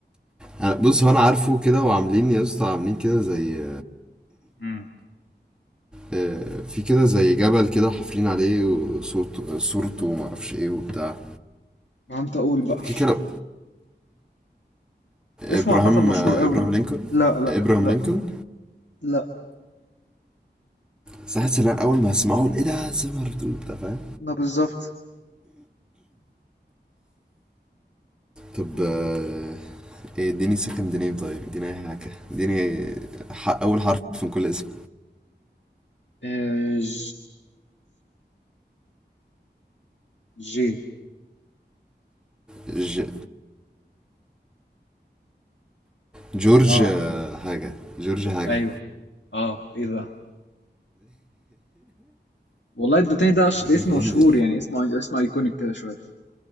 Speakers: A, in the centre; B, on the left.
A: ه- بص هو انا عارفه كده وعاملين يا اسطى عاملين كده زي
B: امم
A: آه في كده زي جبل كده حافرين عليه وصوت صورته ومعرفش ايه وبتاع
B: ما انت اقول بقى
A: في كده
B: اسمه
A: ابراهام
B: عامة مشهور
A: آه
B: قوي
A: ابراهام لينكولن
B: لا لا
A: ابراهام
B: لا
A: لينكولن
B: لا
A: بس حاسس ان انا اول ما اسمعه ايه ده سمر دول انت فاهم
B: لا بالظبط
A: طب آه، إيه، اديني سكند نيم طيب اديني اي حاجة اديني ح- اول حرف من كل اسم
B: آه، ج... جي
A: ج... جورج
B: اه
A: آه، حاجة جورج حاجة
B: أيوه، آه، إيه بقى؟ والله الدونتيني ده أش... اسم
A: اديني
B: مشهور
A: ام دي
B: يعني اسم اسم أيكونيك كده شوية